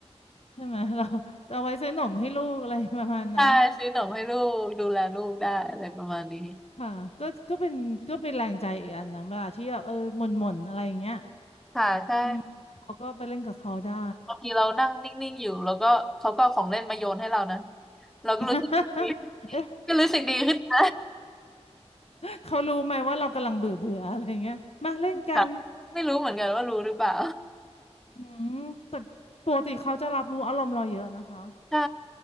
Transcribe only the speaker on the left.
ใช่ไหมเราเอาไว้ซื้อหนมให้ลูกอะไรประมาณนั้น
ค่ะก็ก็เป็นก็เป็นแรงใจอีกอันนะเวลาที่แบบเออหม่นหม่นอะไรอย่างเงี้ย
อืมเขาก็ไปเล่นกับเขาได้
<laughs>
เอ๊ะ
เขารู้ไหมว่าเรากำลังเบื่อเบื่ออะไรอย่างเงี้ยมาเล่นกัน
อืมแต่ปกติเขาจะรับรู้อารมณ์เราเยอะนะคะ